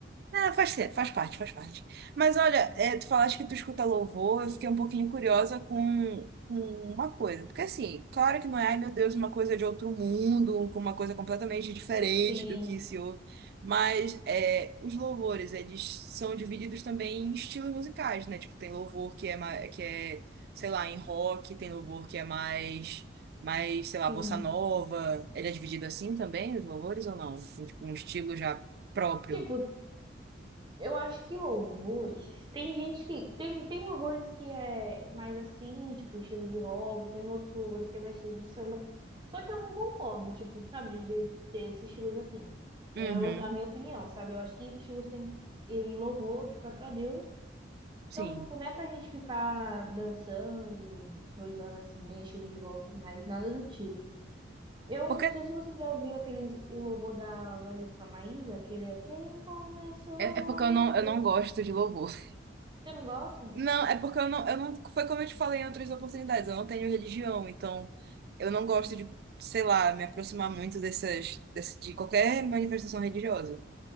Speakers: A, on the right; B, on the right.
A: Ah, faz, ser- faz parte, faz parte. Mas olha, é, tu falaste que tu escuta louvor, eu fiquei um pouquinho curiosa com, com uma coisa. Porque assim, claro que não é, ai meu Deus, uma coisa de outro mundo, com uma coisa completamente diferente
B: Sim,
A: do que se ouve. Mas é, os louvores, eles são divididos também em estilos musicais, né? Tipo, tem louvor que é, ma- que é, sei lá, em rock, tem louvor que é mais, mais, sei lá,
B: sim.
A: bossa nova. Ele é dividido assim também, os louvores, ou não? Tem tipo um estilo já próprio.
B: Tipo, Eu acho que louvores. Tem gente que. Tem, tem louvores que é mais assim, tipo, estilo de rock, tem outros louvores que é mais estilo de samba. Só que eu não concordo, tipo, sabe, de, de ter esses estilos assim. É
A: Uhum,
B: o- a minha opinião, sabe? Eu acho que estilos tem que. E louvor, tipo, é pra Deus.
A: sim.
B: Então, tipo, não é pra gente ficar dançando, coisando assim, né? Estilo de rock, mas nada do tipo. Eu
A: Porque
B: não sei se você já ouviu aqueles, o louvor da Valesca Maísa, aquele é Quem começou o
A: é, é porque
B: amor.
A: eu não, eu não gosto de louvor. <laughs>
B: Você não gosta?
A: Não, é porque eu não, eu não. Foi como eu te falei em outras oportunidades, eu não tenho religião, então eu não gosto de, sei lá, me aproximar muito dessas, desse- de qualquer manifestação religiosa.